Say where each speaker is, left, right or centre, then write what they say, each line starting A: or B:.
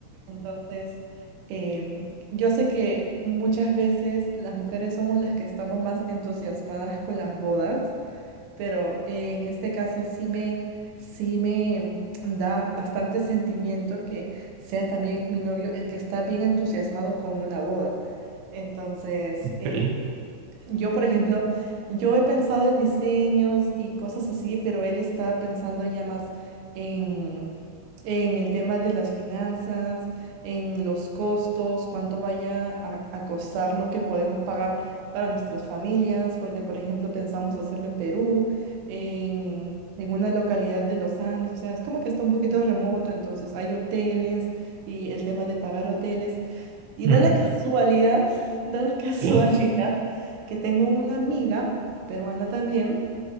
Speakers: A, on the right (about 90°); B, on the right (about 65°).
A: Entonces, em, yo sé que muchas veces las mujeres somos las que estamos más entusiasmadas con las bodas pero eh, en este caso sí me, sí me da bastante sentimiento que sea también mi novio el que está bien entusiasmado con una boda. Entonces,
B: sí.
A: yo, por ejemplo, yo he pensado en diseños y cosas así, pero él está pensando ya más en, en el tema de las finanzas, en los costos, cuánto vaya a, a costar lo que podemos pagar para nuestras familias, porque, por ejemplo, pensamos hacerlo en Perú, en, en una localidad de los Andes, o sea, es como que está un poquito remoto, entonces hay hoteles y el tema de pagar hoteles. Y
B: ujú,
A: da la casualidad, da la <laughs> casualidad
B: Sí,
A: que tengo una amiga peruana también,